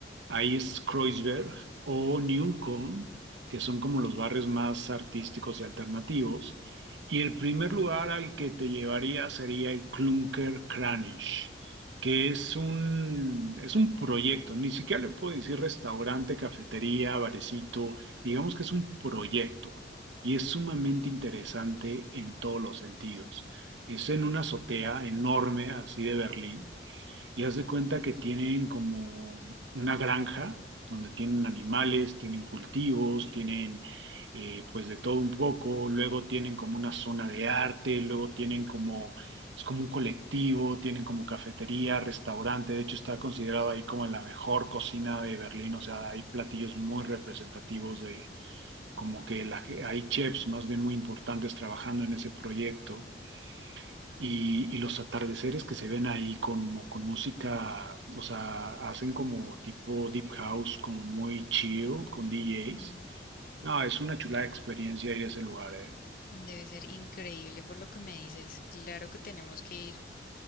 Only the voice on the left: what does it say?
Mm.
Debe ser increíble por lo que me dices. Claro que tenemos que ir.